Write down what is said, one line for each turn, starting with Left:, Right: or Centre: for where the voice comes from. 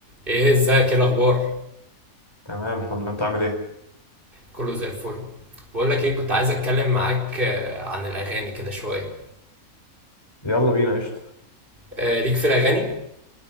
Right: ايه ازيك ايه الاخبار
Left: تمام الحمد لله انت عامل ايه
Right: كله زي الفل بقول لك ايه كنت عايز اتكلم معاك آه، عن الاغاني كده شويه
Left: يلا بينا قشطة
Right: آه، ليك في الاغاني